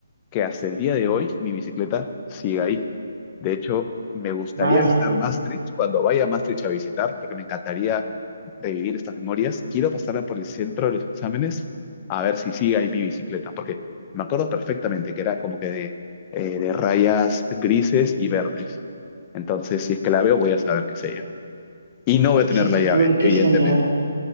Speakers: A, on the left; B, on the right.
A: que hasta el día de hoy mi bicicleta sigue ahí. De hecho, me gustaría
B: Vaya,
A: visitar Maastricht cuando vaya a Maastricht a visitar, porque me encantaría revivir estas memorias. Quiero pasarla por el centro de los exámenes a ver si sigue ahí mi bicicleta, porque me acuerdo perfectamente que era como que de, eh, de rayas grises y verdes. Entonces, si es que la veo, voy a saber qué es ella. Y no voy a tener
B: qué
A: la
B: cool,
A: llave,
B: qué
A: evidentemente.
B: genial.